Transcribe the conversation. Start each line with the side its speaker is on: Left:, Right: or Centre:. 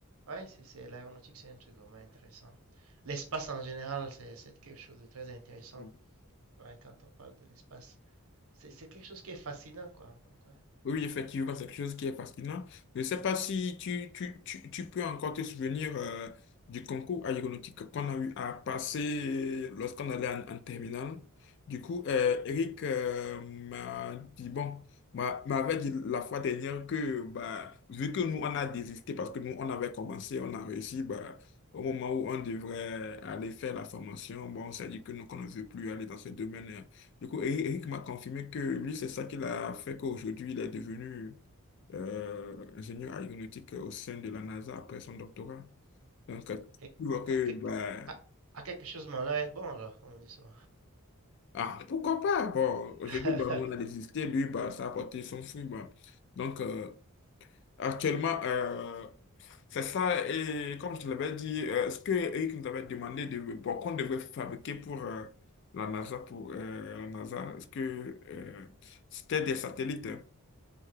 Right: Ouais, c'est c'est- l'aéronautique, c'est un truc vraiment intéressant. L'espace en général, c'est c'est quelque chose de très intéressant.
Left: bien.
Right: Ouais, quand on parle de l'espace, c'est c'est quelque chose qui est fascinant, quoi. Donc, ouais, c'est
Left: Oui,
Right: bien.
Left: effectivement, c'est quelque chose qui est fascinant. Je ne sais pas si tu, tu, tu, tu peux encore te souvenir euh, du concours aéronautique qu'on a eu à passer lorsqu'on allait en, en terminale. Du coup, euh, Eric euh, m'a dit, bon, m'a- m'avait dit la fois dernière que, bah, vu que nous, on a désisté parce que nous, on avait commencé, on a réussi, bah, au moment où on devrait aller faire la formation, bon, on s'est dit que nous, qu'on ne veut plus aller dans ce domaine. euh, du coup, Eric Eric m'a confirmé que lui, c'est ça qui l'a fait qu'aujourd'hui, il est devenu euh, ingénieur aéronautique au sein de la NASA après son doctorat. Donc, euh,
Right: À quelque,
Left: tu vois que,
Right: à quelque-
Left: bah,
Right: à- à quelque chose, mon là est bon, alors, comme on dit ça.
Left: ah, pourquoi pas? Bon, aujourd'hui,
Right: <laughs>
Left: bah, nous, on a désisté. Lui, bah, ça a apporté son fruit. bah. Donc, euh, actuellement, euh, c'est ça. Et comme je te l'avais dit, euh, ce que Eric nous avait demandé de, bon, qu'on devrait fabriquer pour euh, la NASA, pour euh, la NASA, ce que euh, c'était des satellites. hein?